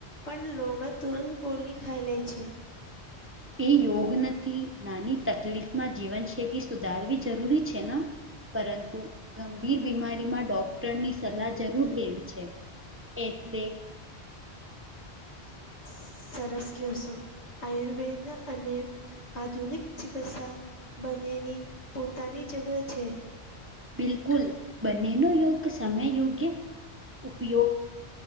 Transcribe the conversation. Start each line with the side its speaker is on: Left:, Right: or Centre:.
Left: પણ લોગ તુરંત ગોલી ખાઈ લઈ છે.
Right: એ યોગ નથી નાની તકલીફમાં જીવનશૈલી સુધારવી જરૂરી છે ન. પરંતુ ગંભીર બીમારીમાં ડોક્ટરની સલાહ જરૂર લેવી છે. એટલે
Left: <inaudible> સરસ કેસો આયુર્વેદ અને આધુનિક ચિકિત્સા બનેની પોતાની જગ છે.
Right: બિલકુલ બંને નો યોગ સમય યોગ્ય ઉપયોગ